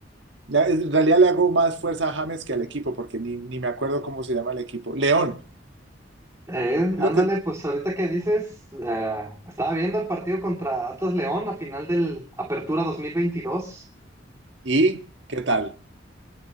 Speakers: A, on the right; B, on the right.
A: la- en realidad le hago más fuerza a James que al equipo, porque ni, ni me acuerdo cómo se llama el equipo. León,
B: Eh,
A: creo
B: ándale,
A: que...
B: pues ahorita que dices, eh, estaba viendo el partido contra Atlas León, la final del Apertura dos mil veintidós
A: ¿Y qué tal?